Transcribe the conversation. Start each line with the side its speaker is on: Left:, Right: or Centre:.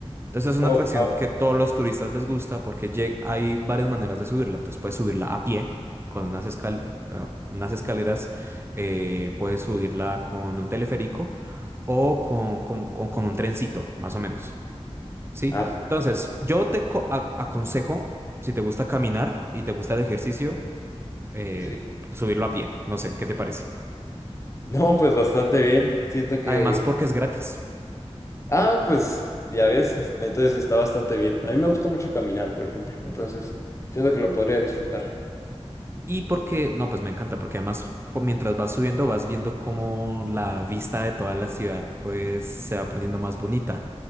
Right: Entonces es una
Left: oh,
Right: atracción
Left: wow.
Right: que todos los turistas les gusta porque lle- hay varias maneras de subirla. Entonces puedes subirla a pie con unas, escal- eh, unas escaleras, eh, puedes subirla con un teleférico o con, con- con- con un trencito, más o menos. ¿Sí?
Left: Ah, p-
Right: Entonces yo te co- a- aconsejo, si te gusta caminar y te gusta el ejercicio, eh,
Left: sí.
Right: subirlo a pie. No sé, ¿qué te parece?
Left: No, pues bastante bien. Siento que.
Right: Además porque es gratis.
Left: Ah, pues ya ves, es- entonces está bastante bien. A mí me gusta mucho caminar, por ejemplo. Entonces, siento que lo podría disfrutar.
Right: Y porque, no, pues me encanta, porque además cu- mientras vas subiendo vas viendo cómo la vista de toda la ciudad pues se va poniendo más bonita.